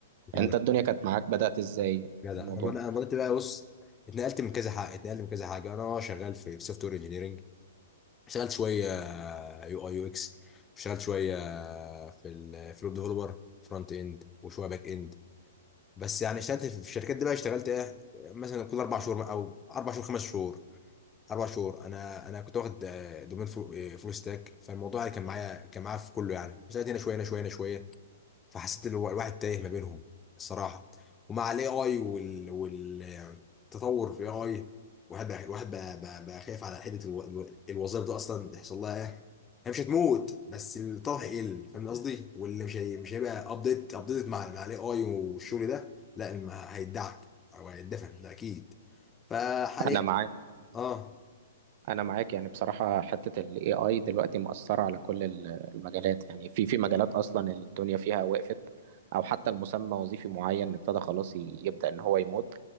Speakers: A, on the left; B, on the right.
A: جدع
B: انت الدنيا كانت معاك بدأت ازاي
A: جدع
B: في الموضوع
A: انا بدأ- انا بدات بقى بص اتنقلت من كذا حاجه اتنقلت من كذا حاجه انا آه، شغال في سوفت وير انجينيرنج اشتغلت شويه يو اي يو اكس واشتغلت شويه آه، في ال في الويب ديفلوبر فرونت اند وشويه باك اند بس يعني اشتغلت في الشركات دي بقى اشتغلت ايه مثلا كل اربع شهور او اربع شهور خمس شهور اربع شهور انا انا كنت واخد آه، دومين فول ستاك فالموضوع يعني كان معايا كان معايا في كله يعني اشتغلت هنا شويه هنا شويه هنا شويه فحسيت ان الوا- الواحد تايه ما بينهم الصراحه ومع الاي اي وال والتطور في الاي اي الواحد بقى الواحد بقى, بقى, بقى خايف على حته الو... الو- الوظائف دي اصلا تحصل لها ايه هي مش هتموت بس الطلب هيقل فاهم قصدي واللي مش هي... مش هيبقى ابديت ابديت مع مع الاي اي والشغل ده لا الم- هيدعك او هيدفن ده اكيد فحاليا
B: انا معاك
A: اه
B: انا معاك يعني بصراحه حته الاي اي دلوقتي مأثره على كل ال- المجالات يعني في في مجالات اصلا الدنيا فيها وقفت او حتى المسمى وظيفي معين ابتدى خلاص ي- يبدأ ان هو يموت